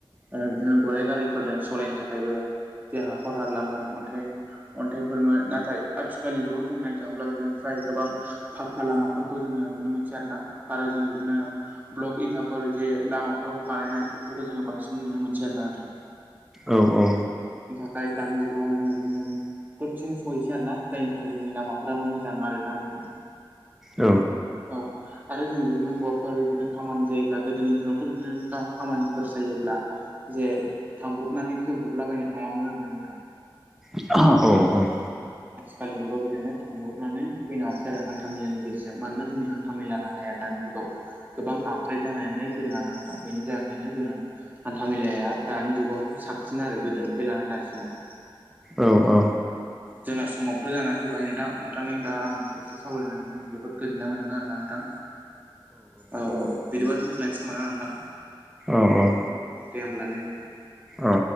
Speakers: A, on the right; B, in the centre.
A: ओ बिदिनो गराइ गारि फोरजों सलायनो थाखायबो जे हाखर हालाममोन अन्थाइ अन्थाइ फोरमोन नाथाय आथिखालनि जुगाव जों नायनो थाङोब्ला बिदिनो फ्राय गोबां फाक्का लामा फोरखौ जोङो नुनो मोन सै आरोना आरो जोङो बिदिनो ब्लक इथाफोर जे लामा फोराव बानायनाय बेफोरखौ जोङो बांसिन नुनो मोनसै आरो ना नोंथां।
B: औ औ।
A: फाय दानि जुगावहाय जोङो बिदिनो द सेनो सहैसै आरो ना जायनि थाखाय जोंनि लामाफ्राबो मोजां आरोना नोंथां
B: औ
A: औ आरो जों बिदिनो बवाफोर बिदिनो खामानि जायोब्ला गोदोनि दिनावथ' बिदिनो खामानि फोर जायोब्ला जे थांब्रब नानै फैब्रबला बायनो हायामोन आरोना नोंथां।
B: <unintelligible> औ औ।
A: खालि जुगाव बिदिनो थांब्रबनानै फैनो हासै आरो हान्था मेलानि गेजे जों मानोना जोंनि हान्था मेला राहाया दानि जुगाव गोबां आपग्रेद जानानै फैदों आरोना नोंथां बेनि थाखायनो नो जोङो हान्था मेलाया दानि जुगाव हाय साबसिन आरो गोदोनिफ्राय लानानै दासिमाव।
B: औ औ।
A: जोंना समावबोथ' जानानै फैबाय नोंथां नोंथां दा आं दसे सावरायनानै जोबोद गोजोननाय मोन्दों आरोना नोंथां। औ औ बिदिबा दोनथ'लानोसै खोमा नोंथां।
B: औ औ।
A: दे होमब्लालाय नोंथां।
B: औ।